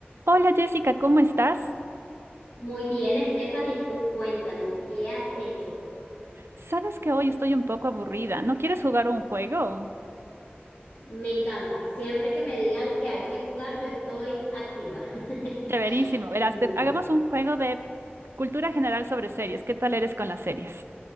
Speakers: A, on the right; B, on the left.
A: Hola Jessica, ¿cómo estás?
B: Muy bien, Stephanie, tú cuéntame, ¿qué has hecho?
A: Sabes que hoy estoy un poco aburrida. ¿No quieres jugar un juego?
B: Me encanta. Siempre que me digan que hay que jugar, yo estoy activa. <laughs>
A: Chéverísimo. Verás,
B: Mm.
A: te- hagamos un juego de cultura general sobre series. ¿Qué tal eres con las series?